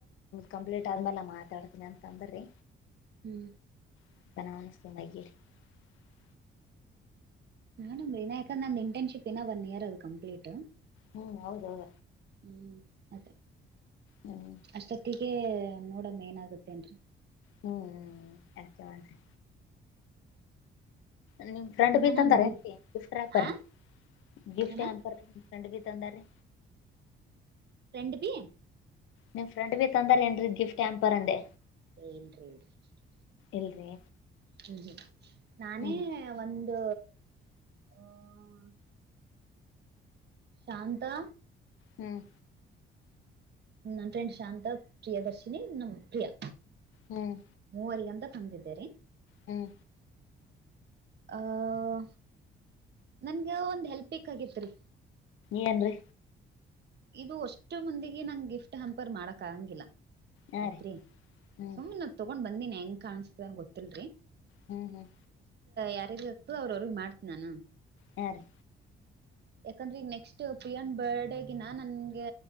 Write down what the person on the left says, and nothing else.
ಕಂಪ್ಲೀಟ್ ಆದ್ಮಲ್ಲ ಮಾತಾಡ್ತೀನಿ ಅಂತ ಅಂದ್ರಿ
<unintelligible>
ಹ್ಮ್ ಹೌದೌದ
ಹ್ಮ್
ಹ್ಮ್ ಯಕೆ ಮಾರಿ ನಿನ್ ಫ್ರೆಂಡ್
ಬಿ ತಂದಾರ
ಹೆ ಗಿಫ್ಟ್ ಆಪರ್
ಗಿಫ್ಟ್
ಆಪರ್ ಎಂಡಗಿ ತಂದಾರಿ
ನಿಮ್ ಫ್ರಂಡ್ಬಿ ತಂದಾರ ಏನ್ರೀ ಗಿಫ್ಟ್ ಹ್ಯಾಂ ಬರಂದೆ
ಇಲ್ರಿ
ಹ್ಮ್
ಹ್ಮ್
ಹ್ಮ್
ಹ್ಮ್
ಏನ್ರರಿ
ಹಾ
ರೀ ಹ್ಮ್
ಹ್ಮ್ ಹ್ಮ್
ಹಾ ರೀ